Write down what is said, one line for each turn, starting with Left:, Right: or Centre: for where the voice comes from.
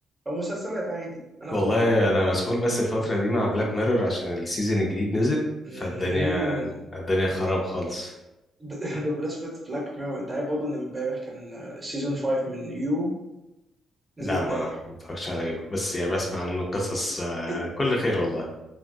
Right: او مسلسلات عادي انا
Left: والله
Right: فاضي
Left: انا مسحول بس الفترة دي مع بلاك ميرور عشان السيزون الجديد نزل
Right: مهم.
Left: فالدنيا الدنيا خراب خالص
Right: ده ده بمناسبه بلاك ميرور انت عارف برضه ان امبارح كان سيزون 5 من يو نزل
Left: لا
Right: امبارح
Left: ما متفرجش عليه بس يعني بسمع عنه قصص آه،
Right: إيه-
Left: كل خير والله